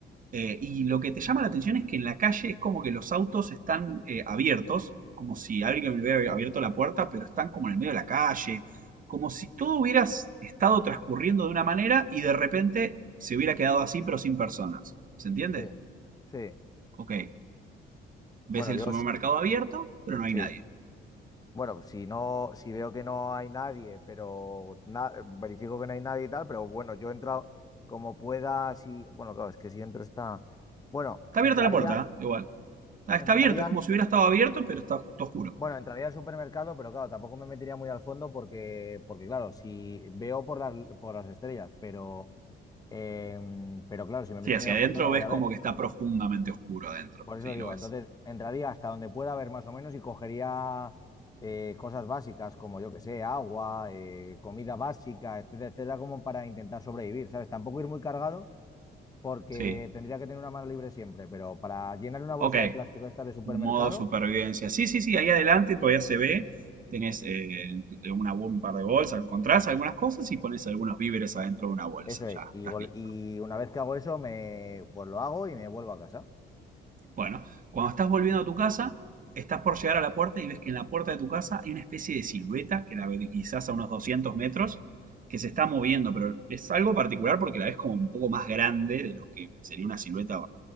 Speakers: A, on the right; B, on the left.
A: Eh, y lo que te llama la atención es que en la calle es como que los autos están eh, abiertos, como si alguien hubiera abierto la puerta, pero están como en el medio de la calle, como si todo hubiera estado transcurriendo de una manera y de repente se hubiera quedado así, pero sin personas. ¿Se entiende?
B: Sí, sí.
A: Ok, ves
B: Bueno,
A: el
B: yo
A: supermercado
B: s-
A: abierto, pero no
B: sí.
A: hay nadie.
B: Bueno, si no, si veo que no hay nadie, pero na- verifico que no hay nadie y tal, pero bueno, yo he entrado como pueda, si, bueno, claro, es que si entro está, bueno,
A: Está
B: entraría,
A: abierta la puerta, ¿eh? igual. Ah,
B: entraría
A: Está abierto, es
B: al,
A: como si hubiera estado abierto, pero está todo oscuro.
B: bueno, entraría al supermercado, pero claro, tampoco me metería muy al fondo porque, porque claro, si veo por las, por las estrellas, pero, em, pero claro, si me meto
A: Sí, hacia
B: muy al
A: adentro
B: fondo no voy
A: ves
B: a
A: como
B: ver.
A: que está profundamente oscuro adentro.
B: Por eso
A: Sí,
B: digo,
A: lo ves.
B: entonces entraría hasta donde pueda haber más o menos y cogería eh, cosas básicas como yo que sé, agua, eh, comida básica, etcétera, etcétera, como para intentar sobrevivir, ¿sabes? Tampoco ir muy cargado porque
A: Sí.
B: tendría que tener una mano libre siempre, pero para llenar una bolsa
A: Ok,
B: de plástico esta de supermercado,
A: modo supervivencia. Sí, sí, sí, ahí adelante todavía se ve. Tenés eh, en tu- en una, un par de bolsas, encontrás algunas cosas y pones algunos víveres adentro de una bolsa.
B: eso
A: Ya,
B: es. Y,
A: estás
B: vol-
A: listo.
B: y una vez que hago eso, me, pues lo hago y me vuelvo a casa
A: Bueno, cuando estás volviendo a tu casa, estás por llegar a la puerta y ves que en la puerta de tu casa hay una especie de silueta que la ves quizás a unos 200 metros que se está moviendo, pero es algo particular porque la ves como un poco más grande de lo que sería una silueta